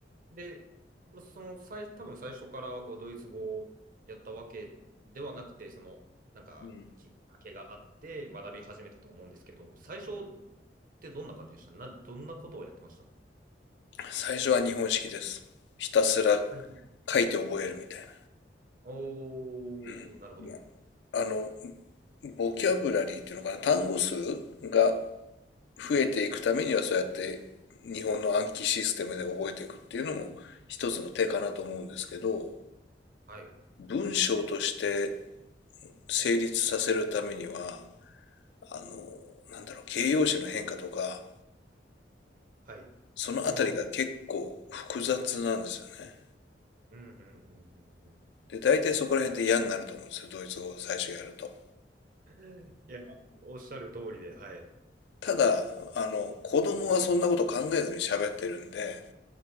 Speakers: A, on the right; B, on the left.
A: で、まあその最、多分最初からこうドイツ語をやったわけではなくて、その、なんかきっかけがあって学び始めたと思うんですけど、
B: うん。
A: 最初ってどんな感じでしたな、どんなことをやってましたは
B: 最初は日本式です。ひたすら
A: い
B: 書いて覚えるみたいな。
A: おー、
B: うん。
A: なるほど。
B: もう、あの、ボキャブラリーっていうのかな、単語数が増えていくためにはそうやって日本の暗記システムで覚えていくっていうのも一つの手かなと思うんですけど、
A: はい。
B: 文章として成立させるためには、あの、なんだろう、形容詞の変化とか、
A: はい。う
B: そのあたりが結構複雑なんですよね。
A: ーん。うん、うん、うん、うん、
B: で、大体そこら辺で嫌になると思うんですよ、ドイツ語を最初やると。
A: うん。いや、おっしゃる通りで、はい。う
B: ただ、あの、子供はそんなこと考えずに喋ってるんで、